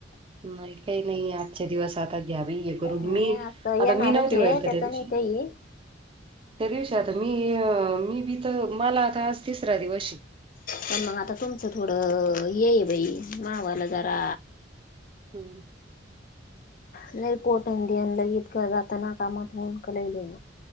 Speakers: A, on the right (about 30°); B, on the left (about 45°).
A: नाही काही नाही आजचे दिवस आता घ्यावे येल करून
B: नाही
A: मी
B: असं
A: आता
B: येणारच
A: मी नव्हती
B: आहे
A: होईल का
B: त्याच
A: त्या
B: नाही
A: दि
B: काही
A: त्या दिवशी आता मी मी बी तर मला आता आज तिसरा दिवशे.
B: पण मग आता तुमचं थोडं हे आहे बाई मावाला जरा
A: हम्
B: लय पोटन देन लय इतक जातना कामातून, क लय-लय-लय